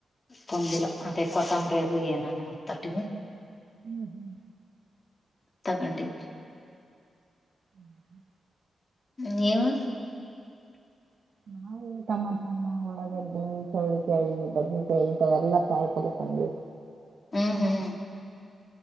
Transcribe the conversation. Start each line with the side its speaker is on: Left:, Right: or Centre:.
Left: ಕೊಂದಲ ಅದೇ ಕೊತ್ತಂಬರಿ ಅದು ಏನೋನ ಒಂದ್ ತಟ್ಟಿಗೆ
Right: ಹ್ಮ್ ಹ್ಮ್
Left: ತಗಂಡಿ
Right: ಊ ಹ್ಮ್
Left: ನೀವು?
Right: ನಾವು ಟಮಾಟನ ಉಳ್ಳಾಗಡ್ಡಿ ಚೌಳಿಕಾಯಿ ಬದನಕಾಯಿ ಇಂಥವೆಲ್ಲ ಕಾಯ್ ಪಲ್ಲೆ ತಂದ್ವಿ.
Left: ಹ್ಮ್ ಹ್ಮ್